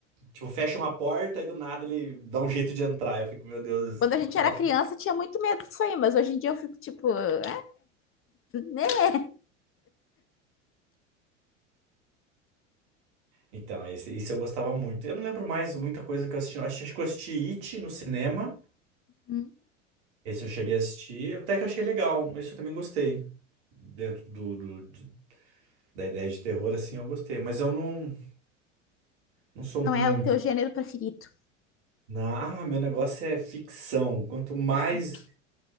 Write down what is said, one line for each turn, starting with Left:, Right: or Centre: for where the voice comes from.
Right: tipo, fecha uma porta e do nada ele dá um jeito de entrar. Eu fico, meu Deus,
Left: Quando a gente
Right: nossa.
Left: era criança tinha muito medo disso aí, mas hoje em dia eu fico tipo, ah, né?
Right: Então, esse, isso eu gostava muito. Eu não lembro mais muita coisa que eu assisti. Eu Acho, acho que eu assisti It no cinema.
Left: Hum,
Right: Esse eu cheguei a assistir. Até que eu achei legal. Esse eu também gostei. Dentro do, do- de- da ideia de terror, assim, eu gostei. Mas eu não, não sou
Left: Não
Right: muito.
Left: é o teu gênero preferido.
Right: Na, ah, meu negócio é ficção. Quanto mais.
Left: Ficção.